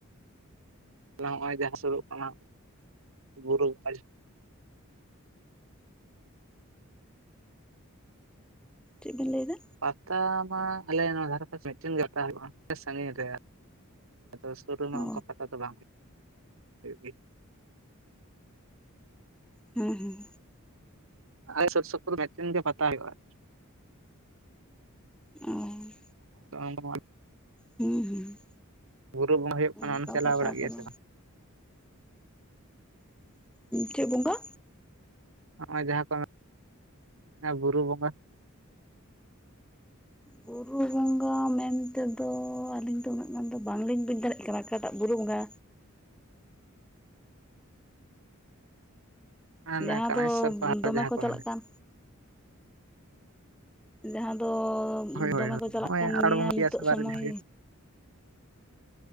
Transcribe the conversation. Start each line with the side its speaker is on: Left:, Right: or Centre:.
Right: ᱱᱚᱜᱼᱚᱭ ᱡᱟᱦᱟᱸ ᱥᱩᱨᱚᱜ ᱠᱟᱱᱟ ᱵᱩᱨᱩ <inaudible>
Centre: ᱪᱮᱫ ᱵᱤᱱ ᱞᱟᱹᱭᱮᱫᱟ?
Right: ᱯᱟᱛᱟ ᱢᱟ ᱟᱞᱮ ᱱᱚᱣᱟ ᱫᱷᱟᱨᱮ ᱯᱟᱥᱮ ᱢᱤᱫᱴᱤᱱ ᱜᱮ ᱯᱟᱛᱟ ᱦᱩᱭᱩᱜᱼᱟ ᱥᱟᱺᱜᱤᱧ ᱨᱮ ᱟᱫᱚ ᱥᱩᱨ ᱨᱮᱢᱟ
Centre: ᱚ
Right: ᱚᱱᱠᱟ ᱯᱟᱛᱟ ᱫᱚ ᱵᱟᱝ ᱦᱩᱭᱩᱜᱼᱟ ᱜᱮ
Centre: ᱩᱸ ᱦᱩᱸ
Right: ᱟᱞᱮ ᱥᱩᱨᱥᱩᱯᱩᱨ ᱢᱤᱫᱴᱟ. ᱱ ᱜᱮ ᱯᱛᱟ ᱦᱩᱭᱩᱜ-ᱟ
Centre: ᱚᱸ
Right: <inaudible>
Centre: ᱦᱩᱸ ᱦᱩᱸ
Right: ᱵᱩᱨᱩ ᱵᱟᱸᱜᱟ ᱦᱩᱭᱩᱜ ᱠᱟᱱᱟ
Centre: ᱚᱱᱠᱟ
Right: ᱚᱸᱰᱮᱢ ᱪᱟᱞᱟᱣ
Centre: ᱯᱟᱛᱟ
Right: ᱵᱟᱲᱟᱜ ᱜᱮᱭᱟ
Centre: ᱠᱚᱫᱚ
Right: ᱥᱮ ᱵᱟᱝ?
Centre: ᱪᱮᱫ ᱵᱚᱸᱜᱟ?
Right: ᱱᱚᱜᱼᱚᱭ ᱡᱟᱦᱟᱸ ᱠᱚ <inaudible> ᱵᱩᱨᱩ ᱵᱚᱸᱜᱟ
Centre: ᱵᱩᱨᱩ ᱵᱚᱸᱜᱟ ᱢᱮᱱ ᱛᱮᱫᱚ ᱟᱹᱞᱤᱧ ᱫᱚ ᱩᱱᱟᱹᱜ ᱜᱟᱱ ᱫᱚ ᱵᱟᱝᱞᱤᱧ ᱵᱩᱡᱽ ᱫᱟᱲᱮᱭᱟᱜ ᱠᱟᱱᱟ ᱚᱠᱟᱴᱟᱜ ᱵᱩᱨᱩ ᱵᱚᱸᱜᱟ
Right: ᱦᱟᱱᱮ
Centre: ᱡᱟᱦᱟᱸ
Right: ᱠᱟᱱᱟᱭᱥᱚᱨ
Centre: ᱫᱚ
Right: ᱯᱟᱦᱟᱲ
Centre: ᱫᱚᱢᱮ
Right: ᱡᱟᱦᱟᱸ
Centre: ᱠᱚ ᱪᱟᱞᱟᱜ
Right: ᱢᱮᱱᱮᱫ
Centre: ᱠᱟᱱ? ᱡᱟᱦᱟᱸ ᱫᱚ
Right: ᱦᱳᱭ ᱦᱳᱭ
Centre: ᱫᱚᱢᱮ ᱠᱚ ᱪᱟᱞᱟᱜ
Right: ᱦᱳᱭ
Centre: ᱠᱟᱱ
Right: ᱱᱚᱜᱼᱚᱭ
Centre: ᱱᱮᱭᱟ ᱱᱤᱛᱚᱜ
Right: ᱟᱥᱟᱲ ᱵᱚᱸᱜᱟ
Centre: ᱥᱚᱢᱚᱭ
Right: ᱯᱮᱭᱟ ᱥᱚᱱᱤᱵᱟᱨ ᱨᱮ ᱡᱟᱦᱟᱸ